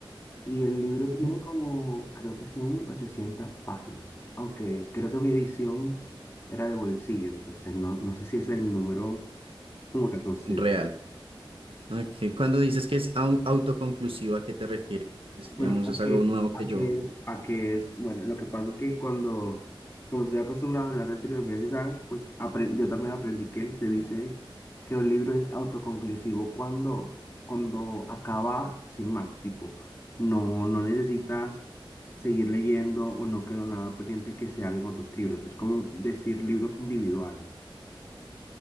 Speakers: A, on the left; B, on the right.
A: Y el libro
B: Ujú.
A: tiene como, creo que son 800 páginas, aunque creo que mi edición era de bolsillo, entonces no, no sé si ese es el número como que considero.
B: Real. Ok. Cuando dices que es au- autoconclusiva, ¿a qué te refieres?
A: Bueno,
B: Digamos,
A: a
B: es
A: que,
B: algo nuevo que
A: a
B: yo...
A: que, a que es, bueno, lo que pasa es que cuando, como estoy acostumbrado a hablar de trilogías y sagas, pues apren- yo también aprendí que se dice que un libro es autoconclusivo cuando, cuando acaba sin más, tipo, no, no necesitas seguir leyendo o no quedó nada pendiente que se haga en otros libros. Es como decir libros individuales.